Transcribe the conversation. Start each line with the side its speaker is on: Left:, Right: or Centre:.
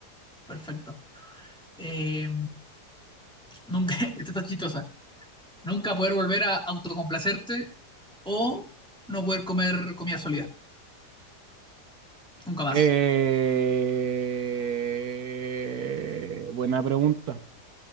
Centre: Perfecto. Eh, Nunca, <laughs> esta está chistosa. Nunca poder volver a autocomplacerte o no poder comer comida sólida. Nunca más.
Right: Eh, Buena pregunta.